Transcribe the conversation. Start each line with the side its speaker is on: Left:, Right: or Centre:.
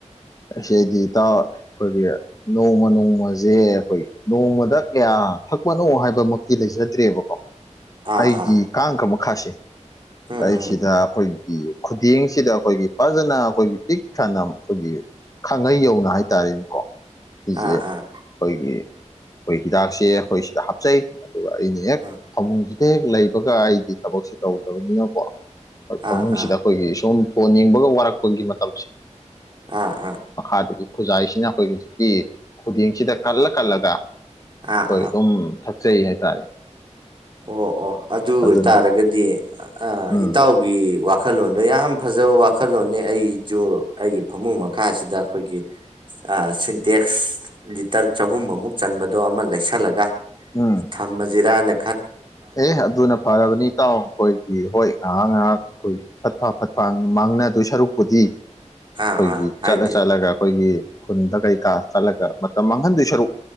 Left: ꯑꯩꯗꯤ ꯏꯇꯥꯎ ꯑꯩꯈꯣꯏꯒꯤ ꯅꯣꯡꯃ ꯅꯣꯡꯃꯁꯦ ꯑꯩꯈꯣꯏ ꯅꯣꯡꯃꯗ ꯀꯌꯥ ꯊꯛꯄꯅꯣ ꯍꯥꯏꯕꯃꯛꯇꯤ ꯂꯩꯖꯗ꯭ꯔꯦꯕꯀꯣ
Right: ꯑꯥ
Left: ꯑꯩꯒꯤ
Right: ꯑꯥ
Left: ꯀꯥꯡꯒ ꯃꯈꯥꯁꯦ
Right: ꯎꯝ
Left: ꯑꯩꯁꯤꯗ
Right: ꯎꯝ
Left: ꯑꯩꯈꯣꯏ ꯈꯨꯗꯤꯡꯁꯤꯗ ꯑꯩꯈꯣꯏꯒꯤ ꯐꯖꯅ ꯑꯩꯈꯣꯏꯒꯤ ꯄꯤꯛ ꯊꯥꯟꯅ ꯑꯩꯈꯣꯏꯒꯤ ꯈꯥꯡꯉꯩ ꯌꯧꯅ ꯍꯥꯏꯇꯥꯔꯦꯅꯦꯀꯣ ꯁꯤꯁꯦ
Right: ꯑꯥ
Left: ꯑꯩꯈꯣꯏꯒꯤ
Right: ꯑꯥ
Left: ꯑꯩꯈꯣꯏ ꯍꯤꯗꯥꯛꯁꯦ ꯑꯩꯈꯣꯏ ꯁꯤꯗ ꯍꯥꯞꯆꯩ ꯑꯗꯨꯒ ꯑꯩꯅ ꯍꯦꯛ
Right: ꯑꯥ
Left: ꯐꯃꯨꯡꯁꯤ ꯂꯦꯛ ꯂꯩꯕꯒ ꯑꯩꯗꯤ ꯊꯕꯛꯁꯦ ꯇꯧꯗꯕꯅꯤꯅꯀꯣ ꯐꯃꯨꯡꯁꯤꯗ
Right: ꯑꯥ ꯑꯥ
Left: ꯑꯩꯈꯣꯏꯒꯤ ꯁꯨꯝ ꯐꯣꯟ ꯌꯦꯡꯕꯒ ꯋꯥꯔꯛꯄꯒꯤ ꯃꯇꯝꯁꯦ
Right: ꯑꯥ ꯑꯥ
Left: ꯑꯗꯒꯤ ꯈꯨꯖꯥꯏꯁꯤꯅ ꯑꯩꯈꯣꯏ ꯍꯧꯖꯤꯛꯀꯤ ꯈꯨꯗꯤꯡꯁꯤꯗ ꯀꯜꯂ ꯀꯜꯂꯒ
Right: ꯑꯥ
Left: ꯍꯣꯏ
Right: ꯑꯥ
Left: ꯑꯗꯨꯝ ꯊꯛꯆꯩ ꯍꯥꯏꯇꯥꯔꯦ
Right: ꯑꯣ ꯑꯣ ꯑꯗꯨ ꯑꯣꯏꯇꯥꯔꯒꯗꯤ
Left: ꯑꯗꯨꯅ ꯎꯝ
Right: ꯏꯇꯥꯎꯒꯤ ꯋꯥ ꯋꯥꯈꯜꯂꯣꯟꯗꯣ ꯌꯥꯝ ꯐꯖꯕ ꯋꯥꯈꯜꯂꯣꯟꯅꯦ ꯑꯩꯖꯨ ꯑꯩꯒꯤ ꯐꯃꯨꯡ ꯃꯈꯥꯁꯤꯗ ꯑꯩꯈꯣꯏꯒꯤ ꯁꯤꯟꯇꯦꯛꯁ ꯂꯤꯇꯔ ꯆꯍꯨꯝꯃꯨꯛ ꯆꯟꯕꯗꯣ ꯑꯃ ꯂꯩꯁꯜꯂꯒ
Left: ꯎꯝ
Right: ꯊꯝꯃꯁꯤꯔꯥꯅ
Left: ꯑꯦ ꯑꯗꯨꯅ ꯐꯔꯕꯅꯤ ꯏꯇꯥꯎ ꯑꯩꯈꯣꯏꯒꯤ ꯍꯣꯏ ꯉꯥꯏꯍꯥꯛ ꯉꯥꯏꯍꯥꯛ ꯑꯩꯈꯣꯏ ꯐꯠ ꯐ ꯐꯠ ꯐ ꯃꯥꯡꯅꯗꯣꯏ ꯁꯔꯨꯛꯄꯨꯗꯤ ꯑꯩꯈꯣꯏꯒꯤ
Right: ꯑꯥ ꯑꯥ ꯍꯥꯏꯗꯤ
Left: ꯆꯠꯂ ꯆꯠꯂꯒ ꯑꯩꯈꯣꯏꯒꯤ ꯈꯨꯟꯗ ꯀꯩꯀꯥ ꯆꯠꯂꯒ ꯃꯇꯝ ꯃꯥꯡꯍꯟꯗꯣꯏ ꯁꯔꯨꯛ